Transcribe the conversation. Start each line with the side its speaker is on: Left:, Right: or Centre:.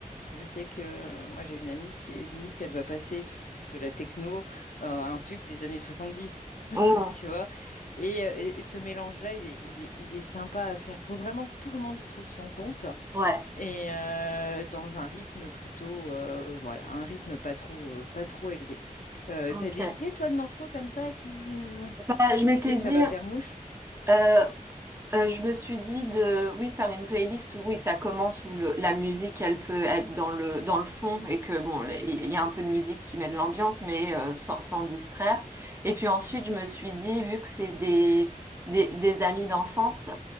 Left: je sais que euh, moi j'ai une amie qui est limite, elle va passer du, de la techno euh, à un tube des années 70,
Right: Oh.
Left: tu vois. Et, euh, et- et ce mélange-là, il est, il est, il est sympa à faire. faut vraiment que tout le monde y trouve son compte
Right: Ouais,
Left: et euh, dans un rythme plutôt, euh, voilà, un rythme pas trop, euh, pas trop élevé. Euh,
Right: ok.
Left: t'as des idées, toi, de morceaux comme ça qui, euh,
Right: Bah, je m'étais
Left: tu sais que
Right: dit,
Left: ça va faire mouche?
Right: euh, Euh, je me suis dit de, oui, faire une playlist où, oui, ça commence où le, la musique, elle peut être dans le, dans le fond et que, bon, les- il y a un peu de musique qui met de l'ambiance, mais euh, sans, sans distraire. Et puis ensuite, je me suis dit, vu que c'est des, des, des amis d'enfance,